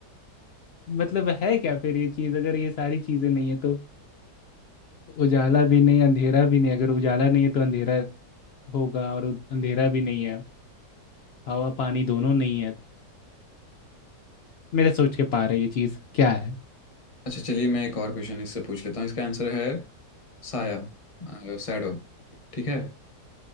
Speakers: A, on the left (about 80°); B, on the left (about 35°).
A: मतलब है क्या फिर ये चीज अगर ये सारी चीजें नहीं है तो उजाला भी नहीं अंधेरा भी नहीं अगर उजाला नहीं है तो अंधेरा होगा और उ- अंधेरा भी नहीं है हवा पानी दोनों नहीं है मेरे सोच के पार है ये चीज क्या है
B: अच्छा चलिए मैं एक और क्वेश्चन इससे पूछ लेता हूँ इसका आंसर है साया सैडो ठीक है